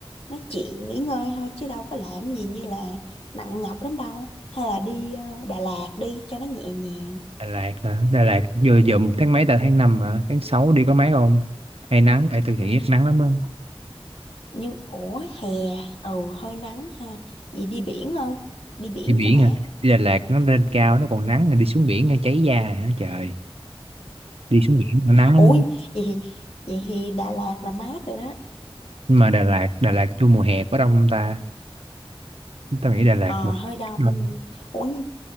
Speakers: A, on the left; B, on the right.
A: nói chuyện nghỉ ngơi thôi chứ đâu có làm gì như là nặng nhọc lắm đâu. Hay là đi ờ, Đà Lạt đi cho nó nhẹ nhàng.
B: Đà Lạt hả? Đà Lạt vừa dùm tháng mấy ta tháng năm, hả? Tháng 6 đi có mấy không? Hay nắng, ê tôi nghĩ rất nắng lắm á.
A: Nhưng ủa hè, ừ hơi nắng ha. Vậy đi biển không? Đi biển
B: Đi biển
A: cho mát.
B: hả? Đi Đà Lạt nó lên cao nó còn nắng rồi đi xuống biển nó cháy da hả? Trời, đi xuống biển nó nắng lắm
A: Ủa
B: á.
A: vậy thì- Vậy thì Đà Lạt là mát rồi đó
B: Nhưng mà Đà Lạt, Đà Lạt vô mùa hè có đông không ta? Tôi nghĩ Đà Lạt
A: Ờ,
B: một,
A: hơi đông.
B: hè đông.
A: Ủa nhưng...